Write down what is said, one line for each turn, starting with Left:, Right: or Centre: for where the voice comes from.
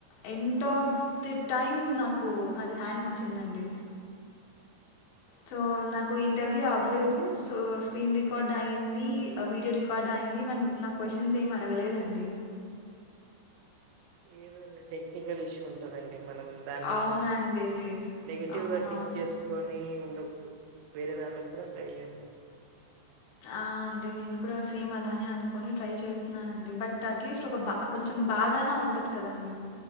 Left: end of the time నాకు అది హ్యాండ్ ఇచ్చిందండి సో నాకు ఇంటర్వ్యూ అవ్వలేదు సో స్క్రీన్ రికార్డ్ అయిింది వీడియో రికార్డ్ అయింది మం నాకు క్వశ్చన్స్ ఏమి అడగలేదండి
Right: ఏ <inaudible> టెక్నికల్ ఇష్యూ ఉంటదండి మనం దాన్ని
Left: అవునండి.
Right: నెగిటివ్
Left: అవునవును.
Right: గా థింక్ చేసుకొని ఉండకూడ్ వేరేధాన్లకు కూడా ట్రై చేస్తా
Left: ఆ అండి నేను కూడా సేమ్ అలానే అనుకొని ట్రై చేస్తున్నానండి బట్ అట్లీస్ట్ ఒక బా కొంచెం బాధైనా ఉంటది కదండి